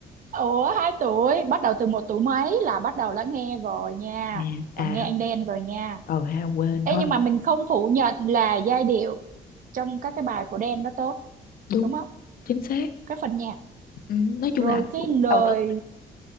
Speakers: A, on the right; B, on the left.
A: Ủa hai tuổi bắt đầu từ một tuổi mấy là bắt đầu đã nghe rồi nha
B: Ừ. à
A: là nghe anh Đen rồi nha
B: ờ ha quên
A: Ê
B: thôi
A: nhưng mà mình không phủ nhận là giai điệu trong các cái bài của Đen nó tốt
B: đúng
A: đúng không
B: chính xác
A: cái phần nhạc
B: ừ, nói
A: rồi
B: chung là
A: cái
B: cũng
A: lời
B: đầu tư